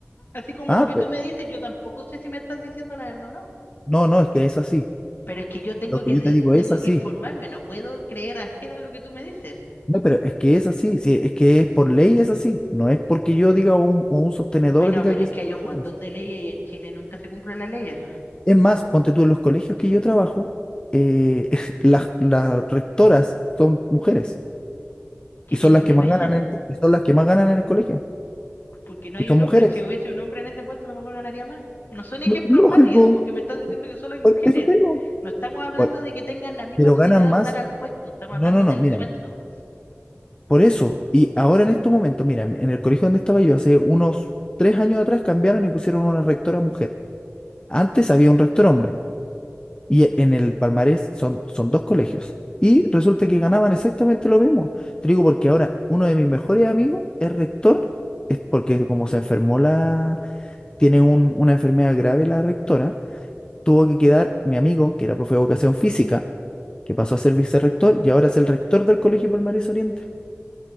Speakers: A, on the left (about 50°); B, on the left (about 20°).
A: Así como
B: Ah,
A: lo que
B: pe-
A: tú me dices, yo tampoco sé si me estás diciendo la verdad o no.
B: no, no, es que es así.
A: Pero es que yo tengo
B: Lo que
A: que,
B: yo
A: de-
B: te digo
A: tengo
B: es así.
A: que informarme, no puedo creer a ciegas lo que tú me dices.
B: No, pero es que es así, sí, es que es por ley es así, no es porque yo diga o un, o un sostenedor
A: Bueno,
B: diga
A: pero
B: que
A: es
B: es,
A: que hay un montón
B: es así.
A: de leyes y en Chile nunca se cumplen las leyes.
B: Es más, ponte tú en los colegios que yo trabajo, eh, <laughs> las, las rectoras son mujeres
A: ¿Qué
B: y
A: tiene
B: son las
A: que
B: que más
A: ver?
B: ganan
A: <laughs>
B: en el, co- y son las que más ganan en el colegio
A: Porque no hay
B: y son
A: un
B: mujeres.
A: hombre. Si hubiese un hombre en ese puesto, a lo mejor ganaría más. No son ejemplos
B: Lo- Lógico,
A: válidos porque me estás diciendo que solo hay mujeres.
B: por eso tengo.
A: No estamos hablando
B: Por-
A: de que tengan la misma
B: pero
A: posibilidad
B: ganan
A: de
B: más.
A: optar al puesto, estamos
B: No,
A: hablando
B: no, no,
A: del
B: mira,
A: sueldo.
B: mira, por eso. Y ahora en estos momentos, mira, en el colegio donde estaba yo hace unos tres años atrás cambiaron y pusieron una rectora mujer. Antes había un rector hombre. Y e, en el palmarés son, son dos colegios. Y resulta que ganaban exactamente lo mismo. Te digo porque ahora uno de mis mejores amigos es rector, es porque como se enfermó la, tiene un- una enfermedad grave la rectora, tuvo que quedar mi amigo, que era profe de educación física, que pasó a ser vicerrector y ahora es el rector del Colegio Palmarés Oriente.